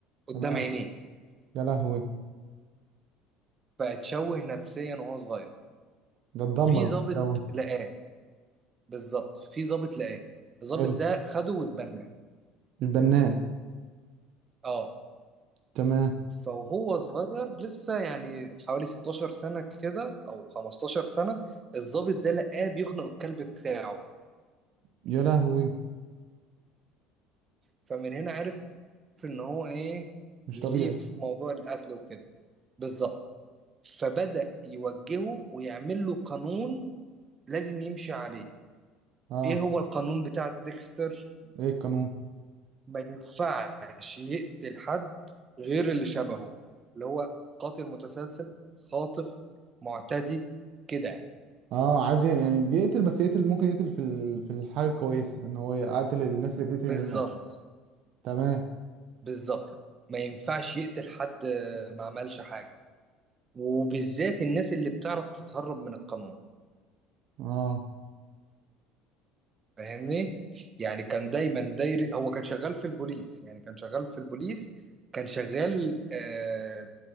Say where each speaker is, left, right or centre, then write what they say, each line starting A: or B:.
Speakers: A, on the right (about 30°); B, on the right (about 60°).
A: قدام
B: تمام
A: عينيه
B: يا لهوي
A: فاتشوه نفسيا وهو صغير
B: ده اتدمر
A: في ضابط
B: الجو
A: لقاه بالظبط في ضابط لقاه الضابط
B: حلو
A: ده خده واتبناه
B: البناء
A: اه
B: تمام
A: فهو صغير لسه يعني حوالي 16 سنة كده أو 15 سنة الضابط ده لقاه بيخنق الكلب بتاعه
B: يا لهوي
A: فمن هنا عرف إن هو إيه
B: مش
A: ليه
B: طبيعي
A: في موضوع القتل وكده بالظبط فبدأ يوجهه ويعمل له قانون لازم يمشي عليه
B: اه
A: إيه هو القانون بتاع ديكستر
B: ايه القانون
A: ما ينفعش يقتل حد غير اللي شبهه اللي هو قاتل متسلسل خاطف معتدي كده يعني
B: اه عايز ي- يعني بيقتل بس يقتل ممكن يقتل في ال... في الحاجه كويس ان هو يقتل الناس اللي بتقتل
A: بالظبط
B: الناس تمام
A: بالظبط ما ينفعش يقتل حد ما عملش حاجة وبالذات الناس اللي بتعرف تتهرب من القانون
B: اه
A: فاهمني يعني كان دايما داير هو كان شغال في البوليس يعني كان شغال في البوليس كان شغال آه